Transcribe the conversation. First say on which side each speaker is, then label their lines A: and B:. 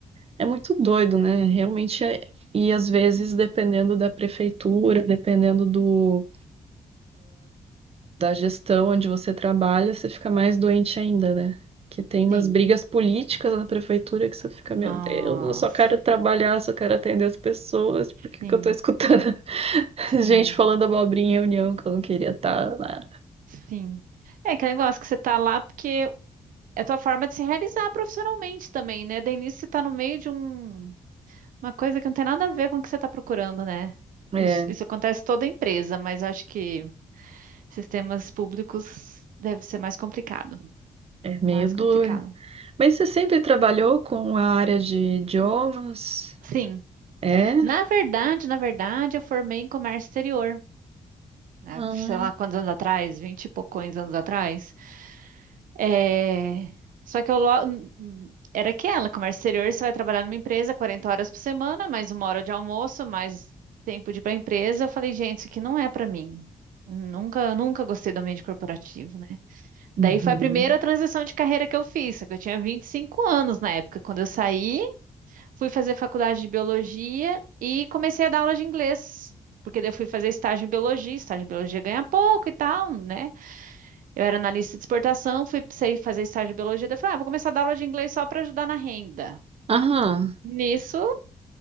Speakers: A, on the right; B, on the right.
A: É muito doido, né? Realmente é. E às vezes, dependendo da prefeitura, dependendo do... da gestão onde você trabalha, você fica mais doente ainda, né? Que tem umas
B: Sim.
A: brigas políticas na prefeitura que você fica, meu
B: Nossa.
A: Deus, eu só quero trabalhar, só quero atender as pessoas, por que
B: Sim.
A: que eu tô escutando <laughs>
B: Sim.
A: gente falando abobrinha em reunião que eu não queria estar lá?
B: Sim. É aquele negócio que você tá lá porque é a tua forma de se realizar profissionalmente também, né? Daí nisso você tá no meio de um Uma coisa que não tem nada a ver com o que você está procurando, né?
A: É,
B: Isso, isso acontece em toda empresa, mas acho que sistemas públicos deve ser mais complicado.
A: É
B: Mais
A: meio duro.
B: complicado.
A: Mas você sempre trabalhou com a área de idiomas?
B: Sim.
A: É?
B: Na verdade, na verdade, eu formei em comércio exterior. né?
A: Ah,
B: Sei lá quantos anos atrás, vinte e poucos anos atrás. É, Só que eu lo- hum, era aquela, comércio exterior, você vai trabalhar numa empresa 40 horas por semana, mais uma hora de almoço, mais tempo de ir para a empresa. Eu falei, gente, isso aqui não é para mim. Nunca, nunca gostei do ambiente corporativo, né? Daí
A: uhum.
B: foi a primeira transição de carreira que eu fiz, só que eu tinha 25 anos na época. Quando eu saí, fui fazer faculdade de biologia e comecei a dar aula de inglês. Porque daí eu fui fazer estágio em biologia, estágio em biologia ganha pouco e tal, né? Eu era analista de exportação, fui sei fazer estágio de biologia, daí eu falei, ah, vou começar a dar aula de inglês só para ajudar na renda.
A: Aham.
B: Nisso,